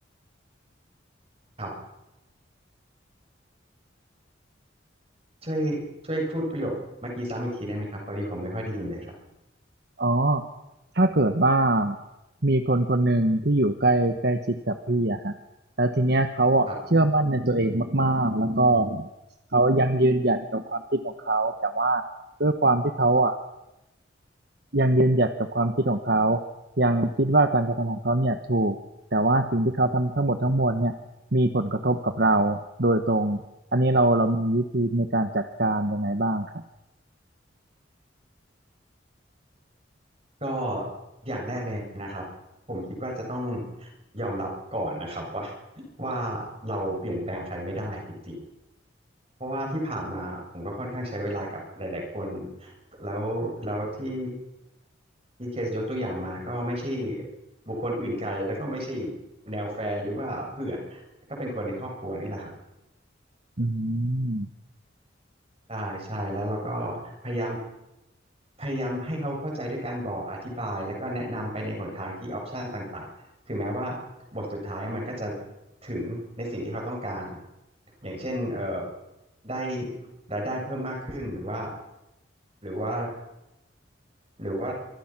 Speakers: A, on the right; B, on the right.
A: ครับช่วยช่วยพูดประโยคเมื่อกี้ซ้ำอีกทีได้ไหมครับพอดีผมไม่ค่อยได้ยินเลยครับ
B: อ๋อถ้าเกิดว่ามีคนคนหนึ่งที่อยู่ใกล้ใกล้ชิดกับพี่อะฮะแล้วทีเนี้ยเขาอะเชื่อมั่นในตัวเองมากๆแล้วก็
A: ครับ
B: เขายังยืนหยัดกับความคิดของเขาแต่ว่าด้วยความที่เขาอะยังยืนหยัดกับความคิดของเขายังคิดว่าการกระทำของเขาเนี่ยถูกแต่ว่าสิ่งที่เขาทำทั้งหมดทั้งมวลเนี่ยมีผลกระทบกับเราโดยตรงอันนี้เราเรามีวิธีในการจัดการยังไงบ้างครับ
A: ครับ ก็อย่างแรกเลยนะครับผมคิดว่าจะต้องยอมรับก่อนนะครับว่า <laughs> ว่าเราเปลี่ยนแปลงใครไม่ได้จริงๆเพราะว่าที่ผ่านมาผมก็ค่อนข้างใช้เวลากับหลายๆคนแล้วแล้วที่ที่เคสยกตัวอย่างมาก็ไม่ใช่บุคคลอื่นไกลแล้วก็ไม่ใช่แนวแฟนหรือว่าเพื่อนก็เป็นคนในครอบครัวนี่แหละครับ
B: อืม
A: ใช่ใช่แล้วเราก็พยายามพยายามให้เขาเข้าใจด้วยการบอกอธิบายแล้วก็แนะนำไปในหนทางที่ออปชันต่างๆถึงแม้ว่าบทสุดท้ายมันก็จะถึงในสิ่งที่เขาต้องการอย่างเช่นเอ่อได้รายได้เพิ่มมากขึ้นหรือว่าหรือว่าหรือว่า